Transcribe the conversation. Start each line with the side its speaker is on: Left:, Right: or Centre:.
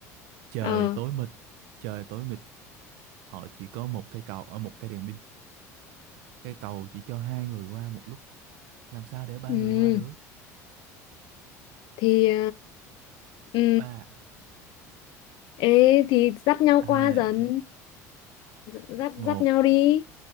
Right: trời
Left: ờ
Right: tối mịt trời tối mịt họ chỉ có một cây cầu ở một cây đèn pin cây cầu chỉ cho hai người qua một lúc Làm sao để ba
Left: ừ
Right: người qua được?
Left: thì ừ,
Right: Ba,
Left: ê thì dắt nhau
Right: hai,
Left: qua dần dắt
Right: một,
Left: dắt nhau đi